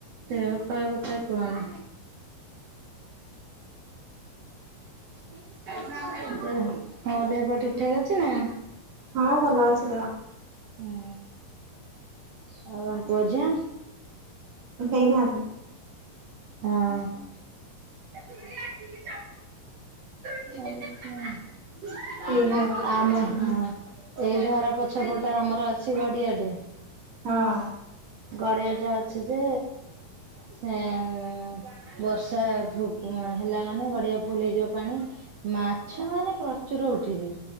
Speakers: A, on the right; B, on the right.
A: ଦେହ ପା କଥା କୁହନା <inaudible> ତ ହଁ ଦେହ ପା ଠିକ୍ ଠାକ୍ ଅଛି ନା?
B: ହଁ ଭଲ ଅଛି ଦେହ
A: ହୁଁ <inaudible> ଆଉ ତମ ପୁଅ ଝିଅ।
B: ହେଇନାହାନ୍ତି।
A: ହଁ। <inaudible> <inaudible>
B: ହେଇନାହାନ୍ତି ପିଲା
A: ଆମ
B: ଛୁଆ।
A: ହଁ। ଏଇ ଘର ପଛ ପଟେ ଆମର ଅଛି ଗଡିଆ ଟେ।
B: ହଁ।
A: ଗଡିଆ ଟେ ଅଛି ଯେ ସେଏଁ ବର୍ଷା ହେଲା ମାନେ ଗଡିଆ ଫୁଲ୍ ହେଇଯିବ ପାଣି ମାଛ ମାନେ ପ୍ର ଚୁର ଉଠିବେ।